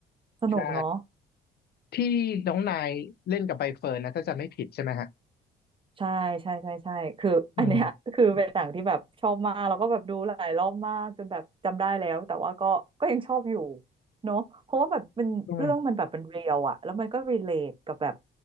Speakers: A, on the right; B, on the left.
A: สนุกเนาะ
B: ใช่ ที่น้องนายเล่นกับใบเฟิร์นนะถ้าจะไม่ผิดใช่ไหมฮะ
A: ใช่ใช่ใช่ใช่คืออันเนี้ย
B: อืม
A: <laughs> คือเป็นหนังที่แบบชอบมากแล้วก็แบบดูหลายรอบมากจนแบบจำได้แล้วแต่ว่าก็ก็ยังชอบอยู่เนาะเพราะว่าแบบมันเรื่องมันแบบเป็นเรียลอะแล้วมันก็รีเลทกับแบบ
B: อืม